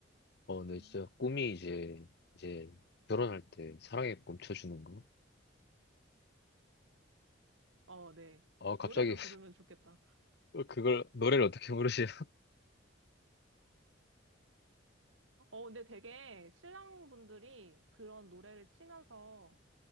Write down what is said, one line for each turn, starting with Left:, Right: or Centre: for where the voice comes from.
Left: 어, 네,
Right: 음.
Left: 진짜 꿈이 이제 이제 결혼할 때 사랑에 꿈쳐주는 거.
Right: 어, 네.
Left: 어, 갑자기
Right: 노래도 부르면 좋겠다.
Left: <laughs> 그걸 노래를 어떻게 부르시나?
Right: 어, 근데 되게 신랑분들이 그런 노래를 치면서,